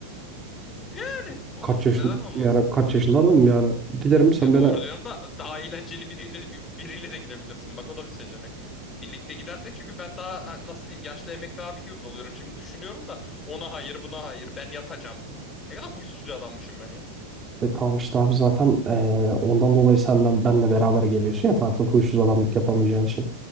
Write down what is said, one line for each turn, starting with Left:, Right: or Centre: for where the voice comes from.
Left: Yani olur.
Right: Kaç yaşında
Left: Neden olmasın?
Right: yani kaç yaşında adamım yani. Giderim sen
Left: Ya
Right: bana
Left: doğru diyorsun da daha eğlenceli biriyle bir- biriyle de gidebilirsin. Bak o da bir seçenek. Birlikte gidersek çünkü ben daha hani nasıl diyeyim yaşlı emekli abi gibi oluyorum. Şimdi düşünüyorum da ona hayır buna hayır ben yatacağım. Ne kadar huysuz bir adammışım ben ya.
Right: E tamam işte abi zaten e, ondan dolayı senden benle beraber geliyorsun ya tatilde huysuz adamlık yapamayacağın için.